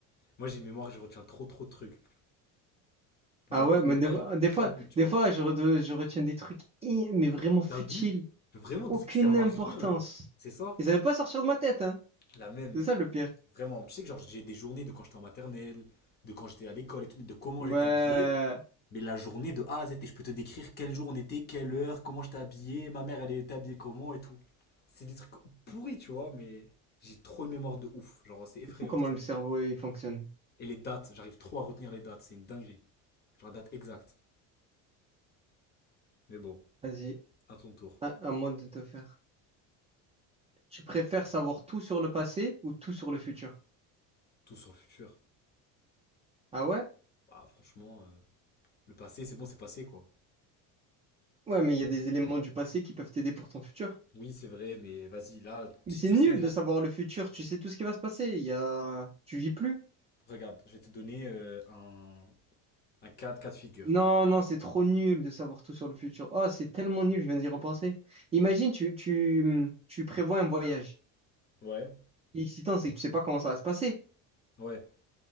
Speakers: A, on the left (about 25°); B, on the right (about 20°).
A: Moi, j'ai une mémoire et je retiens trop, trop de trucs. Genre,
B: Ah ouais,
A: des détails
B: mais des, des
A: éclatés,
B: fois,
A: tu
B: des
A: vois.
B: fois, je, re- je retiens des trucs, eh, mais vraiment futiles.
A: T'as vu? Vraiment,
B: Aucune
A: des trucs qui servent
B: importance.
A: à rien, genre. C'est ça?
B: Ils savaient pas sortir de ma tête, hein.
A: La même.
B: C'est ça le pire.
A: Vraiment, tu sais que genre j'ai des journées de quand j'étais en maternelle, de quand j'étais à l'école et tout, de comment
B: Ouais.
A: j'étais habillé, mais la journée de A à Z, et je peux te décrire quel jour on était, quelle heure, comment j'étais habillé, ma mère elle était habillée comment et tout. C'est des trucs pourris, tu vois, mais j'ai trop de mémoire de ouf, genre c'est effrayant,
B: C'est fou comment
A: je
B: le
A: te jure.
B: cerveau il fonctionne.
A: Et les dates, j'arrive trop à retenir les dates, c'est une dinguerie. Genre la date exacte. Mais bon,
B: Vas-y,
A: à ton tour,
B: à, à moi de te faire. Tu préfères savoir tout sur le passé ou tout sur le futur?
A: tout sur le futur.
B: Ah ouais?
A: Bah franchement, euh, le passé, c'est bon, c'est passé quoi.
B: Ouais, mais il y a des éléments du passé qui peuvent t'aider pour ton futur.
A: Oui, c'est vrai, mais vas-y, là,
B: Mais
A: si
B: c'est
A: tu
B: nul
A: sais déjà
B: de savoir
A: tout
B: le futur, tu sais tout ce qui va se passer. Il y a... Tu vis plus.
A: Regarde, je vais te donner euh, un, un cas de cas de figure.
B: Non, non, c'est trop nul de savoir tout sur le futur. Oh, c'est tellement nul, je viens d'y repenser. Imagine, tu, tu, tu prévois un voyage.
A: Ouais,
B: L'excitant, c'est que tu sais pas comment ça va se passer.
A: ouais.